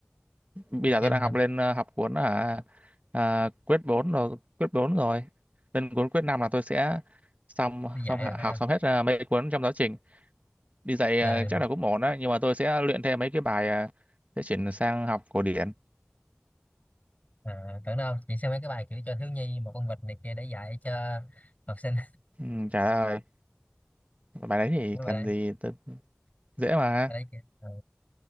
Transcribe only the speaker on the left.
nhanh
nè
đi dạy
rồi phải
không
là
à, tưởng đâu chị xem mấy cái bài kiểu cho thiếu nhi một con vịt này kia để dạy cho học sinh
<laughs>
mấy
bài đấy
bài đấy, kìa. ừ,